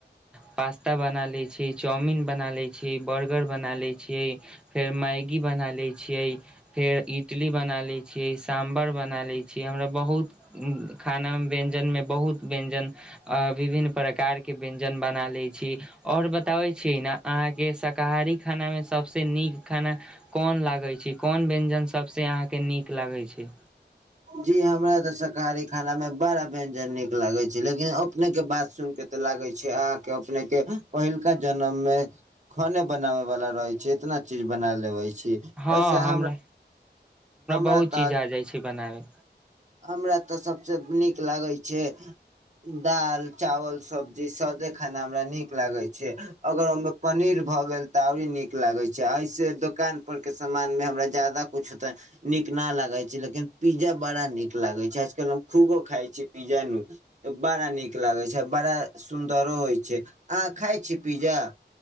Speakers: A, in the centre; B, on the right (about 40°).
A: पास्ता बना लै छी चाउमिन बना लै छी बर्गर बना लै छियै फेर मैगी बना लै छियै फेर इडली बना लै छियै सांभर बना लै छियै हमरा बहुत खाना मे व्यंजन मे व्यंजन अ विभिन्न प्रकार के व्यंजन बना ले छी और बताबे छी न अहाँ अहाँ के शाकाहारी खाना मे सबसँ नीक खाना कोन लागै छै कोन व्यंजन सबसे अहाँ अहाँ के नीक लागै छै
B: जी हमरा तऽ शाकाहारी खाना मे बड़ा व्यञ्जन नीक लागैत छै लेकिन अपनेके बात सुनिके तऽ लागे छै अहाँके अपने के पहिलका जनम मे खाने बनाबे वाला रहै छै इतना चीज बना लेबै छी ओहिसँ
A: हँ हमरा
B: हमरा
A: बहुत
B: तऽ
A: चीज आ जाइ छै बनाबे
B: हमरा तऽ सबसे नीक लागै छै दाल चावल सब्जी सादे खाना हमरा नीक लागे छै अगर हमरा पनीर भऽ गेल तऽऔरी नीक लागै छै ऐसे दोकान पर के सामान मे हमरा ज्यादा कुछ तऽ नीक न लगा छै लेकिन पिज्जा बड़ा नीक लागे छै आजकल हम खूबो खाय छीयै पिज्जा नू त बड़ा नीक लागे छै बड़ा सुन्दरो होइ छै अहाँ खाइ छी पिज्जा